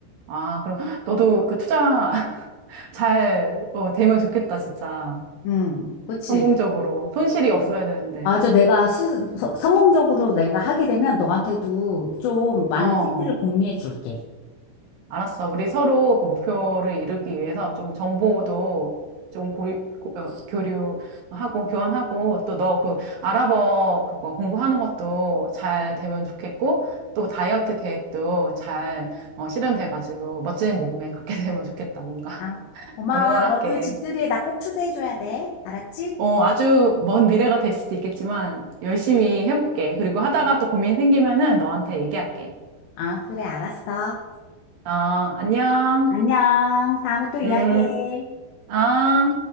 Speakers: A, on the right; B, on the left.
A: 아, 그럼 너도 그 투자 <laughs> 잘 어, 되면 좋겠다, 진짜.
B: 음, 그치.
A: 성공적으로. 손실이 없어야
B: 그래.
A: 되는데.
B: 맞아. 내가 스, 서- 성공적으로 내가 하게 되면 너한테도 좀 많은
A: 어.
B: 팁들을 공유해 줄게.
A: 알았어. 우리 서로 그 목표를 이루기 위해서 조금 정보도 좀 고리, 고- 어, 교류하고 교환하고 또 너 그 아랍어 그거 공부하는 것도 잘 되면 좋겠고 또 다이어트 계획도 잘 어, 실현돼가지고 멋진 몸매 갖게 <laughs> 되면 좋겠다. 뭔가
B: 아,
A: <laughs>
B: 고마워.
A: 응원할게.
B: 너도 집들이에 나 꼭 초대해줘야 돼. 알았지?
A: 어, 아주 먼 미래가 될 수도 있겠지만 열심히 해볼게. 그리고 하다가
B: 아,
A: 또 고민 생기면은 너한테 얘기할게.
B: 아, 그래, 알았어.
A: 아, 안녕.
B: 안녕. 다음에 또 이야기해.
A: 음, 아.